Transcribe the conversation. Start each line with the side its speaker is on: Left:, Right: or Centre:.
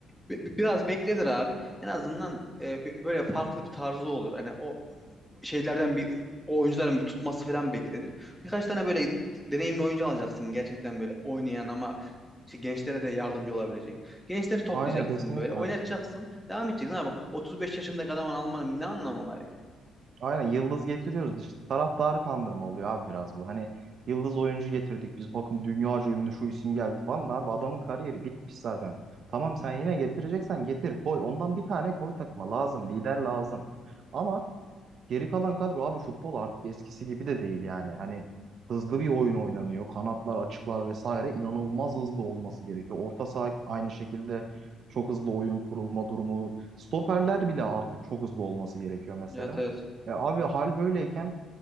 Centre: Bi- bi- biraz beklenir abi. En azından e, bi- böyle farklı bir tarzı olur. Hani o şeylerden bir o oyuncuların bir tutması falan beklenir. Birkaç tane böyle de- deneyimli oyuncu alacaksın gerçekten böyle oynayan ama işte gençlere de yardımcı olabilecek. Gençleri toplayacaksın
Right: Aynen kesinlikle.
Centre: böyle, oynatacaksın, devam edeceksin abi. 35 yaşındaki adamın almanın bir ne anlamı var yani?
Right: Aynen yıldız getiriyoruz işte. Taraftarı kandırma oluyor abi biraz bu. Hani yıldız oyuncu getirdik biz bakın dünyaca ünlü şu isim geldi falan. Abi adamın kariyeri bitmiş zaten. Tamam sen yine getireceksen getir koy. Ondan bir tane koy takıma lazım. Lider lazım. Ama Geri kalan kadro abi futbol artık eskisi gibi de değil yani. Hani hızlı bir oyun oynanıyor. Kanatlar, açıklar vesaire inanılmaz hızlı olması gerekiyor. Orta saha aynı şekilde çok hızlı oyun kurulma durumu. Stoperler bile artık çok hızlı olması gerekiyor mesela.
Centre: Evet evet.
Right: E abi hal böyleyken